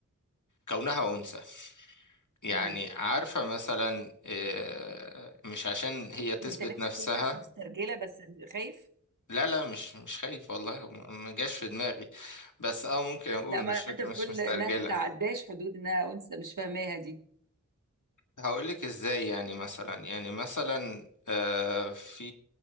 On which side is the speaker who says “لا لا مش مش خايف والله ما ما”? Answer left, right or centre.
Left